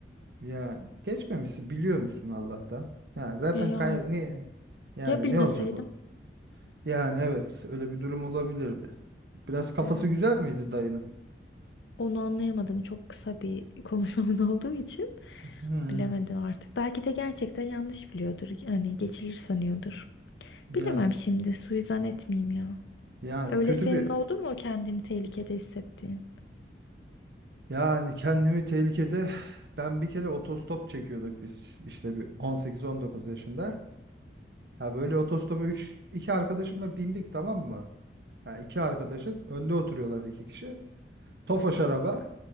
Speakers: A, on the right; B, on the left.
A: ya geçmemişsin biliyor musun Allah'tan? Yani zaten
B: Ya ya.
A: kay- niye? Yani
B: Ya bilmeseydim.
A: ne olacak o? Yani evet öyle bir durum olabilirdi. Biraz kafası
B: Evet.
A: güzel miydi dayının?
B: Onu anlayamadım. Çok kısa bir konuşmamız <laughs> olduğu için
A: Hmm,
B: bilemedim artık. Belki de gerçekten yanlış biliyordur. Yani geçilir sanıyordur.
A: yani
B: Bilemem şimdi. Suizan etmeyeyim ya.
A: yani
B: Öyle
A: kötü
B: senin
A: bir
B: oldu mu kendini tehlikede hissettiğin?
A: yani kendimi tehlikede ben bir kere otostop çekiyorduk biz işte bir 18-19 yaşında. Ya böyle otostopa 3 iki arkadaşımla bindik tamam mı? Ya iki arkadaşız. Önde oturuyorlar iki kişi. Tofaş araba.